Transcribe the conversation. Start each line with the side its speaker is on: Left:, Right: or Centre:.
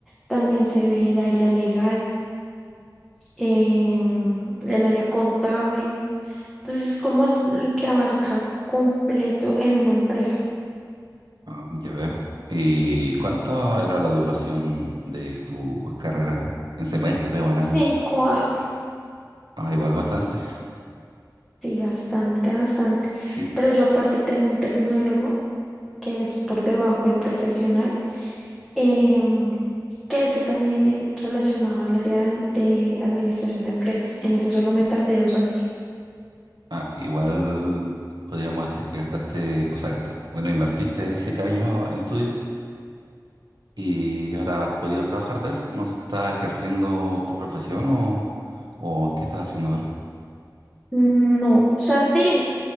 Centre: También se ve el área legal, em, el área contable. Entonces es como lo que abarca completo en una empresa.
Right: Ah, ya veo. ¿Y cuánto era la duración de tu carrera? ¿En semestre o en años?
Centre: Cinco, a-
Right: Ah, igual bastante.
Centre: Sí, bastante, bastante.
Right: <laughs>
Centre: Pero yo aparte tengo un tecnólogo que es por debajo del profesional, em, que es también en, relacionado al área de, de administración de empresas. En ese solo me tardé dos años.
Right: Ah, igual podríamos decir que gastaste, o sea, gastaste. Bueno, invertiste siete años en estudio y ahora has podido trabajar de eso. ¿No? sé, ¿Estás ejerciendo tu profesión o, o qué estás haciendo ahora?
Centre: No, o sea, sí,